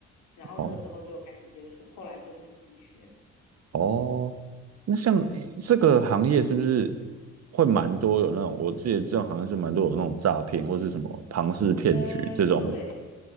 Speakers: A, on the left (about 90°); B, on the right (about 55°).
A: 然后那个时候就开始接触，
B: 哦
A: 后来就自己学。
B: 哦，那像诶这个行业是不是
A: 对，
B: 会蛮多有那种？我记得这种行业是蛮多有那种诈骗或是什么庞氏骗局这种。
A: 呃，对。